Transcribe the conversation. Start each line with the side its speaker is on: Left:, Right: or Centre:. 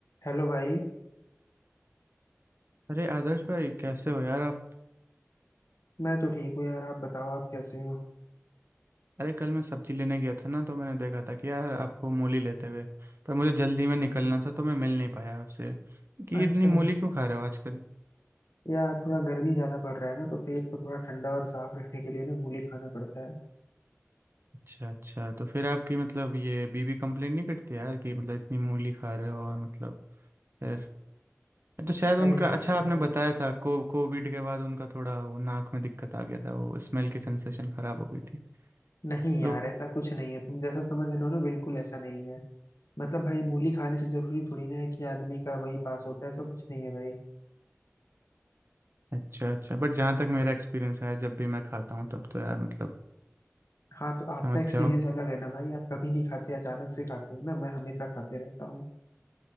Left: हेलो भाई
Right: अरे आदर्श भाई कैसे हो यार आप
Left: मैं तो ठीक हूँ यार आप बताओ आप कैसे हो
Right: अरे कल मैं सब्जी लेने गया था ना तो मैंने देखा था कि यार आपको मूली लेते हुए पर मुझे जल्दी में निकलना था तो मैं मिल नहीं पाया आपसे कि
Left: अच्छा
Right: इतनी मूली क्यों खा रहे हो आजकल
Left: यार थोड़ा गर्मी ज्यादा पड़ रहा है ना तो पेट को थोड़ा ठंडा और साफ रखने के लिए ना मूली खाना पड़ता है
Right: अच्छा अच्छा तो फिर आपकी मतलब ये बीबी कंप्लेन नहीं करती यार कि मतलब इतनी मूली खा रहे हो और मतलब फिर तो शायद उनका
Left: अरे
Right: अच्छा
Left: यार
Right: आपने बताया था को कोविड के बाद उनका थोड़ा वो नाक में दिक्कत आ गया था वो स्मेल की सेंसेशन खराब हो गई थी
Left: नहीं यार
Right: लोग
Left: ऐसा कुछ नहीं है तुम जैसा समझ रहे हो ना बिल्कुल ऐसा नहीं है मतलब भाई मूली खाने से जरूरी थोड़ी ना है कि आदमी का वही पास होता है ऐसा कुछ नहीं है भाई
Right: अच्छा अच्छा बट जहाँ तक मेरा एक्सपीरियंस है जब भी मैं खाता हूँ तब तो यार मतलब
Left: हाँ तो आपका
Right: समझ
Left: एक्सपीरियंस
Right: जाओ
Left: अलग है ना भाई आप कभी नहीं खाते अचानक से खाते हो ना मैं हमेशा खाते रहता हूँ